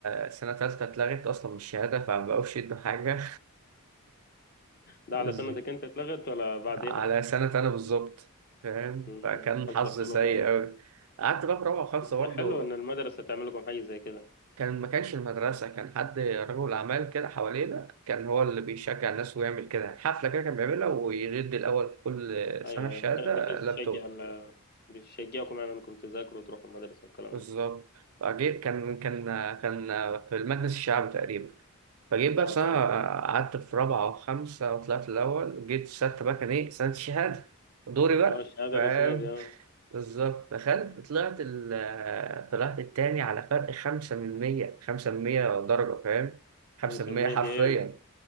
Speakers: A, on the right (about 75°); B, on the left (about 45°).
A: السنة التالتة اتلغت أصلا من الشهادة فما بقوش يدوا حاجة <laughs>
B: ده على سنتك أنت اتلغت ولا بعديها؟
A: على سنة أنا بالظبط فاهم
B: مم.
A: فكان
B: قصدك
A: حظ
B: حلو
A: سيء
B: خالص
A: أوي قعدت بقى في رابعة وخمسة
B: بس
A: برضه
B: حلو ان المدرسه تعمل لكم حاجه زي كده
A: كان ما كانش المدرسة كان حد رجل أعمال كده حوالينا كان هو اللي بيشجع الناس ويعمل كده يعني حفلة كده كان بيعملها ويرد الأول في كل
B: ايوه
A: سنة الشهادة
B: أيوة، بح- بحيث
A: لابتوب
B: يشجع ال- بيشجعكم يعني انكم تذاكروا وتروحوا المدرسه والكلام
A: بالظبط
B: ده
A: فجيت كان كان كان في المجلس الشعبي تقريبا فجيت بقى
B: اه
A: في سنة
B: فاهمك اه
A: قعدت في رابعة وخمسة وطلعت الأول جيت في ستة بقى كان إيه سنة الشهادة دوري بقى
B: آه، الشهاده
A: فاهم
B: الرسميه دي اه
A: بالظبط دخلت طلعت ال طلعت التاني على فرق خمسة من مية خمسة من مية درجة فاهم خمسة
B: مسميه
A: من مية حرفيا
B: دي ايه